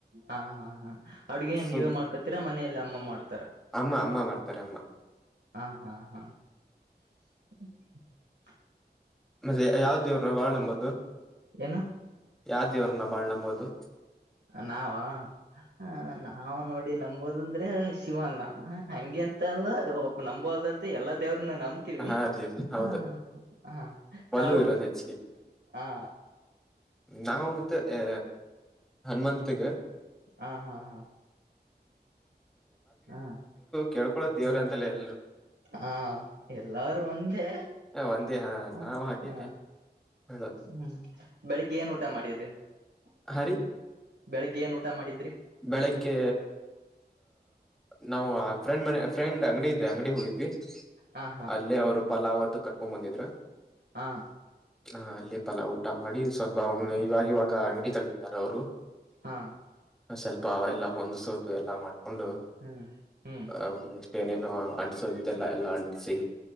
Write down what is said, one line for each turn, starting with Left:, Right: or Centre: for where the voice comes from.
Right: ಹಾ ಹಾ ಹ ಅವಡ್ಿಗೆನ್
Centre: ಫುಲ್
Right: ನೀವ ಮಾಡ್ಕೊತೀರಾ ಮನೆಯಲ್ಲಿ ಅಮ್ಮ ಮಾಡು
Centre: ಅಮ್ಮ ಅಮ್ಮ ಮಾಡ್ತಾರೆ ಅಮ್ಮ
Right: ಹಾ ಹಾ <inaudible>
Centre: ಮತ್ತೆ ಯಾವ ದೇವ್ರನ್ನ ವಾಳಂಬೋುದು
Right: ಏನು
Centre: ಯಾವ್ದ ಇವ್ರನ್ನ ಬಾಳ್ ನಂಬೋದು
Right: ನಾವ ಹ ನಾವು್ ನೋಡಿ ಅಡಿ ನಂಬೋದ ಅಂದ್ರೆ ಶಿವನ್ನ ಹಂಗೆ ಅಂತ ಅಲ್ಲ ಒಬ್ಬ ನಂಬೋದಂತೆ ಎಲ್ಲ ದೇವರು ನಂಬ್ತವಿ
Centre: ಹಾ ರೀ ಹೌದು
Right: ಹ ಹ
Centre: ಒಲು
Right: ತಾವು
Centre: ಇರೋದು ಹೆಚ್ಚಿಗೆ
Right: ಹಾ
Centre: ನಾವು ಇದು ಅ ಹನುಮಂತಗೆ
Right: ಹಾ ಹಾ ಹಾ ಹಾ
Centre: ಕೇಳ್ಕೊಳೋ ದೇವ್ರ
Right: ಹ್ಮ್
Centre: ಅಂತಲ್ಲ ಎಲ್ರಿಗೂ
Right: ಹ ಎಲ್ಲಾರು ಒಂದೇ
Centre: ಒಂದೇ ಹಾ
Right: ಹ
Centre: ನಾವ್ ಹಾಗೆ
Right: ಹ
Centre: ಹೇಳೋದು
Right: ಹ್ಮ್ ಬೆಳಿಗ್ಗೆ ಏನ್ ಊಟ ಮಾಡಿದಿ <inaudible>
Centre: ಹರಿ
Right: ಬೆಳಿಗ್ಗೆ ಏನ್ ಊಟ ಮಾಡಿದ್ರಿ
Centre: ಬೆಳಿಗ್ಗೆ ನಾವು ಫ್ರೆಂಡ್ ಮ ಫ್ರೆಂಡ್ ಅಂಗಡಿ ಇದೆ ಅಂಗಡಿ ಹೋಗಿದ್ವಿ
Right: ಹಾ ಹಾ
Centre: ಅಲ್ಲೇ ಅವರು ಪಲಾವತ್ತುು ಕಟ್ಕೊಂಡ್ ಬಂದಿದ್ರ
Right: ಹಾ
Centre: ಹಾ ಅಲ್ಲೇ ಪಲಾವ ಊಟ ಮಾಡಿ ಸ್ವಲ್ಪ ಬನು
Right: ಹ್ಮ್
Centre: ಇವಾಗ ಇವಾಗ ಅಂಗಡಿ ತ ಯಾರ ಅವರು
Right: ಹಾ
Centre: ಸ್ವಲ್ಪ ಎಲ್ಲ ಹೊಂದ್ಿಸೋು ಎಲ್ಲ ಮಾಡ್ ಉಂದು
Right: ಹ್ಮ್ ಹ್ಮ್
Centre: ಹ ಏನೇನು ಅಂಟಸೋದಿದೆಲ್ಲ ಎಲ್ಲಾ ಅಂಟಿಸಿ